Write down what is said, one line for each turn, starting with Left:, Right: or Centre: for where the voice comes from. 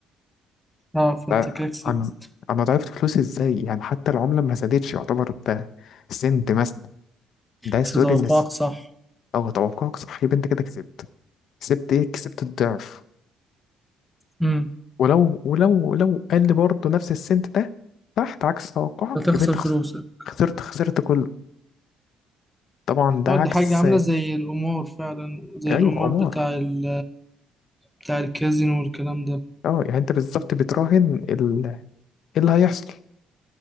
Centre: اه فانت
Left: ده
Centre: كده كسبت
Left: أنا أنا ضعفت فلوسي إزاي يعني حتى العملة ما زادتش يعتبر ده سنت مثلا ده عايز
Centre: كسبت
Left: تقول
Centre: توقعك
Left: إن الس-
Centre: صح
Left: أه توقعك صح يبقى أنت كده كسبت كسبت إيه كسبت الضعف
Centre: امم
Left: ولو ولو لو قال لي برضه نفس السنت ده تحت عكس توقعك
Centre: هتخسر
Left: يبقى انت خس-
Centre: فلوسك
Left: خسرت خسرت كله طبعا ده
Centre: اه
Left: عكس
Centre: دي حاجة عاملة زي القمار فعلا زي
Left: ايوه
Centre: القمار
Left: عمار
Centre: بتاع ال بتاع الكازينو والكلام ده
Left: اه يعني انت بالظبط بتراهن ال... ايه اللي هيحصل